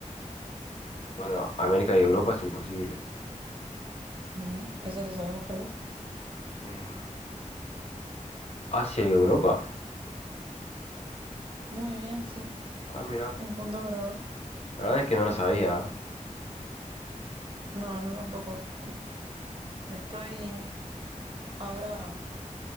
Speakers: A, on the left (about 50°); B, on the right (about 40°).
A: Bueno, América y Europa es imposible.
B: Ujú, Esa ya sabemos cuál es.
A: Eh, ¿Asia y Europa?
B: Muy bien, sí.
A: Ah, mira.
B: Un punto para vos.
A: La verdad es que no lo sabía. ¿eh?
B: No, yo tampoco. Es- Me estoy ahora,